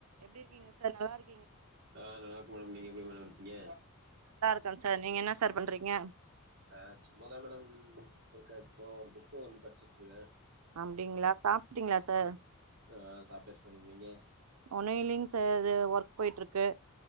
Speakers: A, on the right; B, on the right.
A: எப்டி இர்க்கீங்க சார் நல்லா இ
B: ஆ நல்லாருக்கே மேடம் நீங்க எப்டி மேடம் இருக்கீங்க
A: ம் சார் நீங்க என்னா சார் பண்றீங்க
B: ஆ சும்மாதா மேடம் இருக்கே சும்மா ஒன் புக்க ஒன்னு படிச்சு ட்டுருக்கே
A: அப்டிங்ளா சாப்ட்டீங்ளா சார்
B: ஆ சாப்ட்டாச்சு மேடம் நீங்க
A: ஒண்ணு இல்லிங்க் சார் து ஒர்க் போயிட்டுருக்கு